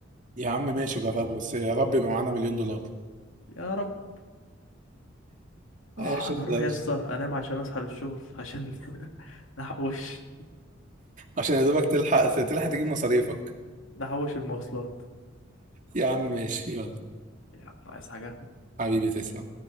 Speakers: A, on the right (about 40°); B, on the left (about 85°).
A: يا عم ماشي جرب بس يا رب يبقى معانا مليون دولار
B: يا رب
A: ماشي
B: اه انا اروح
A: ده
B: يا اسطى انام عشان اصحى للشغل عشان <laughs> نحوش
A: عشان يا دوبك تلحق تلحق تجيب مصاريفك
B: نحوش المواصلات
A: يا عم ماشي يلا
B: يلا عايز حاجة
A: حبيبي تسلم